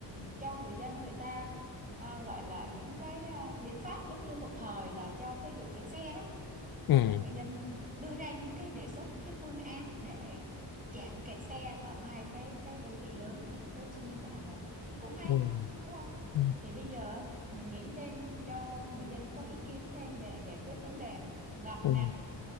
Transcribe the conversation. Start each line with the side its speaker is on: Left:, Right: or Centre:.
Right: cho người dân người ta à, gọi là những cái à, biện pháp giống như một thời là cho cái vụ kẹt xe đó
Left: ừ
Right: cho người dân đưa ra những cái đề xuất những cái phương án để giảm kẹt xe ở hai cái cái đô thị lớn thành phố Hồ Chí Minh và Hà Nội cũng hay
Left: ừ
Right: đúng không
Left: ừ
Right: thì bây giờ á, mình nghĩ nên cho người dân có ý kiến thêm về giải quyết vấn đề ngập
Left: ừ
Right: nè